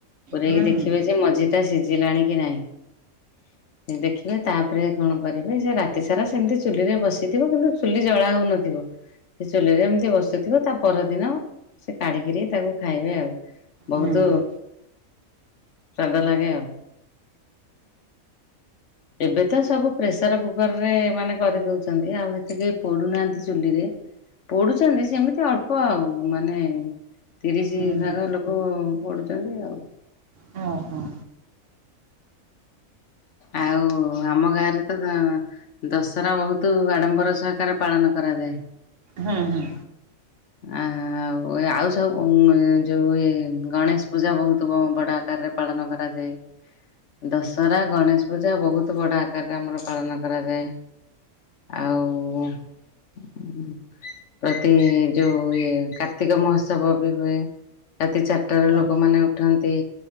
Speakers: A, on the left; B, on the right.
A: ପୁରେଇକି
B: ହୁଁ
A: ଦେଖିବେ
B: ହୁଁ ହୁଁ
A: ଯେ ମଝିଟା ସିଜିଲାଣି କି ନାହିଁ ଦେଖିବେ। ତାପରେ କଣ କରିବେ ଯେ ରାତି ସାରା ସେମତି ଚୁଲିରେ ବସିଥିବ କିନ୍ତୁ ଚୁଲି ଜଳା ହଉନଥିବ। ସେ ଚୁଲିରେ ଏମତି ବସିଥିବ ତା ପରଦିନ ସେ କାଢିକିରି ତାକୁ ଖାଇବେ ଆଉ। ବହୁତୁ
B: ହୁଁ ହୁଁ।
A: ସ୍ୱାଦ ଲାଗେ ଆଉ। ଏବେ ତ ସବୁ ପ୍ରେସର କୁକର ରେ ମାନେ କରିଦଉଛନ୍ତି ଆଉ ହେତେ କେହି ପୁଡୁନାହାନ୍ତି ଚୁଲିରେ। ପୋଡୁଚନ୍ତି ସେମିତି ଅଳ୍ପ ଆଉ ମାନେ ତିରିଶି
B: ହୁଁ
A: ଭାଗ ଲୋକ। ପୋଡୁଚନ୍ତି ଆଉ
B: ହଁ ହଁ।
A: ଆଉ। ଓ ଆମ ଗାଁରେ ତ ଦ ଦଶରା ବହୁତୁ ଆଡମ୍ବର ସହକାରେ ପାଳନ କରାଯାଏ।
B: ହୁଁ ହୁଁ।
A: ଆ ଆଉ ଆଉ ସବୁ ଯୋଉ ଇ ଗଣେଶ ପୂଜା ବହୁତ ବଡ ଆକାରରେ ପାଳନ କରାଯାଏ। ଦଶହରା ଗଣେଶ ପୂଜା ବହୁତ ବଡ଼ ଆକାରରେ ଆମର ପାଳନ କରାଯାଏ। ଆଉ ପ୍ରତି। ଯୋଉ ଇଏ କାର୍ତ୍ତିକ ମହୋତ୍ସବ ବି ହୁଏ। ରାତି ଚାରିଟା ରୁ
B: ହୁଁ
A: ଲୋକମାନେ ଉଠନ୍ତି।